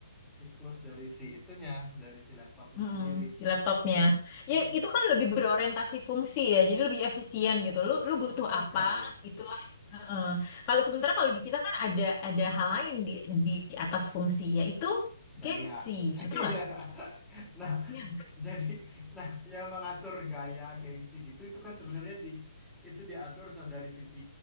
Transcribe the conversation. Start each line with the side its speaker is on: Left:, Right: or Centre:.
Centre: siklus dari si itunya dari si laptopnya
Left: mm
Centre: sendiri
Left: Si laptopnya.
Centre: Mm,
Left: Ya, itu kan lebih berorientasi fungsi ya, jadi lebih efisien gitu. Lu, lu butuh
Centre: benar
Left: apa,
Centre: sekali
Left: itulah. Heeh. Kalau sementara kalau di kita kan ada ada hal lain di di atas fungsi yaitu
Centre: gaya.
Left: gengsi,
Centre: <laughs>
Left: betul
Centre: Iya.
Left: nggak?
Centre: Nah,
Left: Iya.
Centre: jadi nah yang mengatur gaya gengsi gitu itu kan sebenarnya di itu diatur sa- dari sisi